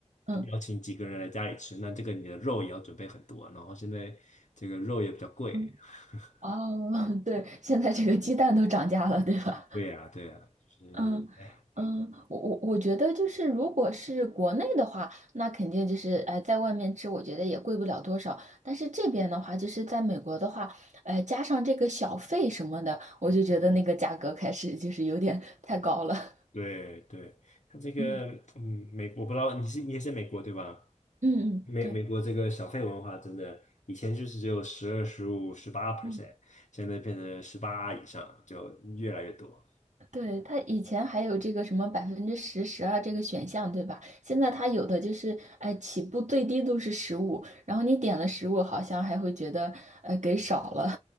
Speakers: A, on the right; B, on the left.
A: 嗯
B: 邀请几个人来家里吃，那这个你的肉也要准备很多，然后现在这个肉也比较贵。
A: 嗯。
B: <laughs>
A: 哦，<laughs> 对，现在这个鸡蛋都涨价了，对吧？
B: 对呀，对呀，就是哎，
A: 嗯嗯，我我我觉得就是，如果是国内的话，那肯定就是，呃，在外面吃，我觉得也贵不了多少。但是这边的话，就是在美国的话，呃，加上这个小费什么的，我就觉得那个价格开始就是有点太高了。
B: 对对，他这个嗯，
A: <laughs> 嗯
B: 美我不知道你是你也是美国对吧？
A: 嗯嗯，
B: 美美国这个小费文化真的，
A: 对，
B: 以前就是只有十二、十五、十八 percent，
A: 嗯。
B: 现在变成十八以上，就越来越多。
A: 对，他以前还有这个什么百分之十、十二这个选项，对吧？现在他有的就是，哎，起步最低都是十五，然后你点了十五，好像还会觉得，呃，给少了。